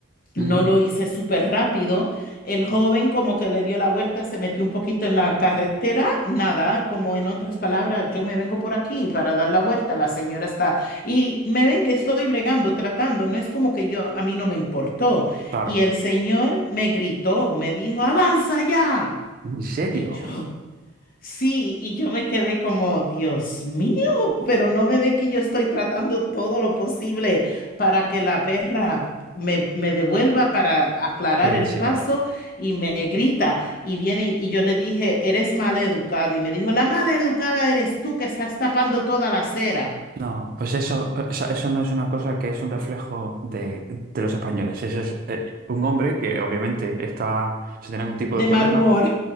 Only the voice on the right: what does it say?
Ujú.
Claro.
¿En serio?
Regrese,
claro.
No, pues eso, eh, o sea, eso no es una cosa que es un reflejo de, de los españoles. Eso es eh, un hombre que obviamente está, se tiene algún tipo
de problema